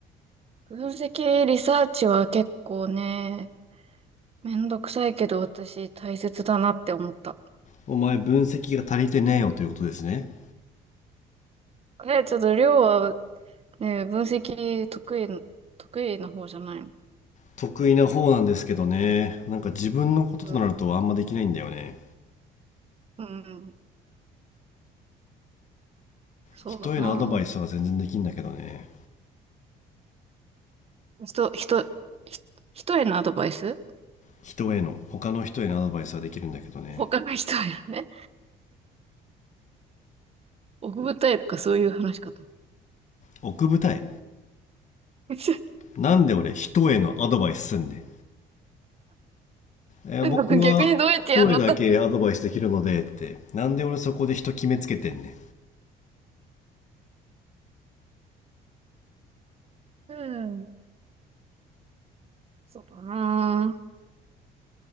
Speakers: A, on the right; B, on the left.
A: 分析リサーチは結構ね、めんどくさいけど私大切だなって思った。
B: お前、分析が足りてねえよということですね。
A: え、ちょっとりょうはね、分析得意、得意な方じゃないの
B: 得意な方なんですけどね。なんか自分のこととなるとあんまできないんだよね。
A: うん。うんそうだな。
B: 人へのアドバイスは全然できんだけどね。
A: 人、人、ひ人へのアドバイス
B: 人への、他の人へのアドバイスはできるんだけどね。
A: 他の人へのね。奥二重とかそういう話かと思
B: 奥二重
A: っ
B: なんで俺人へのアドバイスすんねん。
A: <laughs>
B: えー僕は一人だけアドバイスできるのでって、
A: なんか <laughs> 逆にどうやってやるのか。
B: なんで俺そこで人決めつけてんねん。
A: うん。そうだな。